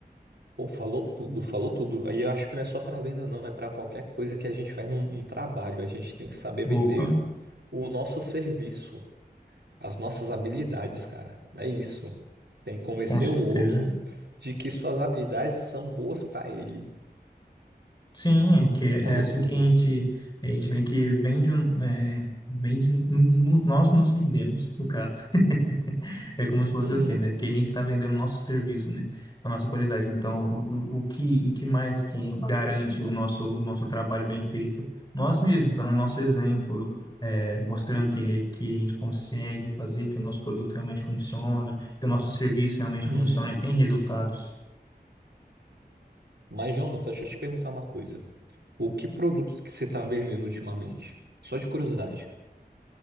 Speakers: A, on the right; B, on the left.
A: Pô, falou tudo, falou tudo. Aí eu acho que não é só para venda, não, é para qualquer coisa que a gente faz num, num trabalho. A gente tem que saber
B: Opa,
A: vender o nosso serviço, as nossas habilidades, cara. É isso. Tem que convencer
B: com certeza.
A: o outro de que suas habilidades são boas para ele.
B: Sim, é que
A: Você
B: é
A: falou
B: assim
A: tudo.
B: que a gente, a gente meio que vende, um- é, vende, no- nós nos vendemos, no caso. <laughs> É como se fosse
A: Uhum,
B: assim, né? Porque a gente está vendendo o nosso serviço, né? A nossa qualidade. Então, o, o o que, o que mais que garante o nosso, o nosso trabalho bem feito? Nós mesmos, dando o nosso exemplo, é, mostrando que, que a gente consegue fazer, que o nosso produto realmente funciona, que o nosso serviço realmente
A: uhum.
B: funciona e tem resultados.
A: Mas, Jonathan, deixa eu te perguntar uma coisa. O que produtos que você está vendendo ultimamente? Só de curiosidade.